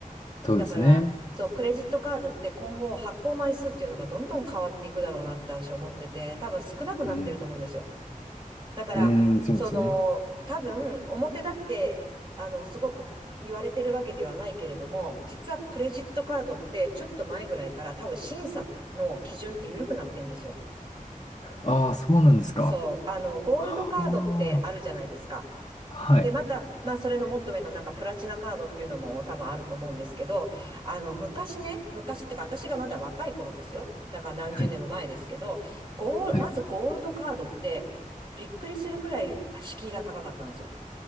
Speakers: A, on the left (about 30°); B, on the right (about 35°).
A: そうですね。
B: だから、そう、クレジットカードって今後発行枚数っていうのがどんどん変わっていくだろうなって私は思ってて、多分少なくなってると思うんですよ。
A: うん。
B: だから、
A: うん、そうですね。
B: その、多分、表だって、あの、すごく言われてるわけではないけれども、実はクレジットカードって、ちょっと前ぐらいから多分審査の基準って緩くなってんですよ。
A: ああ、そうなんですか。
B: そう、あの、ゴールドカードってあるじゃないですか。
A: はあ。はい。
B: で、また、まあ、それのもっと上のなんかプラチナカードっていうのも多分あると思うんですけど、あの、昔ね、昔ってか、私がまだ若い頃ですよ。だから何十年も前ですけど、
A: はい。
B: ゴー、
A: はい
B: まずゴールドカードって、びっくりするくらい敷居が高かったんですよ。